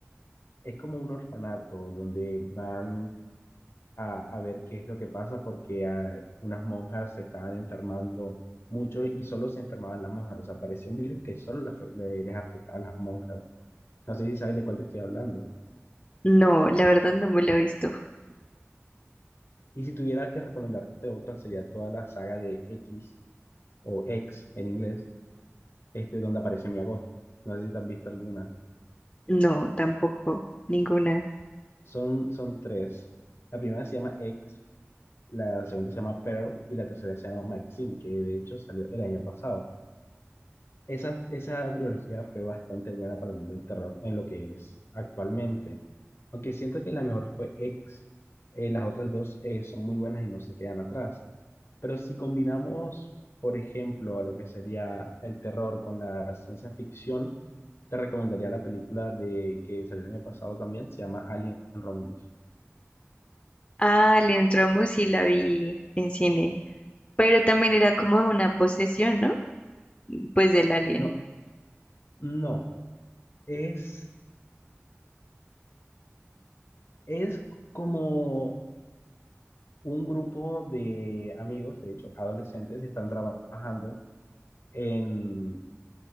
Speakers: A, on the left; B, on the left.
A: es como un orfanato, donde van a, a ver qué es lo que pasa porque ah, unas monjas se estaban enfermando mucho y solo se enfermaban las monjas, o sea, parecía un virus que solo le afe- le- les afectaba a las monjas. No sé si sabes de cuál te estoy hablando.
B: No, la verdad no me la he visto.
A: Y si tuviera que recomendarte otra, sería toda la saga de X o X en inglés, este donde aparece Mia Goth. No sé si te has visto alguna.
B: No, tampoco, ninguna.
A: Son, son tres. La primera se llama X, la segunda se llama Pearl y la tercera se llama Maxine, que de hecho salió el año pasado. Esa, esa trilogía fue bastante buena para el mundo del terror en lo que es actualmente. Aunque siento que la mejor fue X, eh, las otras dos eh, son muy buenas y no se quedan atrás. Pero si combinamos, por ejemplo, a lo que sería el terror con la ciencia ficción, te recomendaría la película de que salió el año pasado también, se llama Alien Romulus.
B: Ah, Alien Trombo sí la vi en cine, pero también era como de una posesión, ¿no? Pues del alien.
A: No, no, es Es como un grupo de amigos, de hecho, adolescentes, están trabajando en,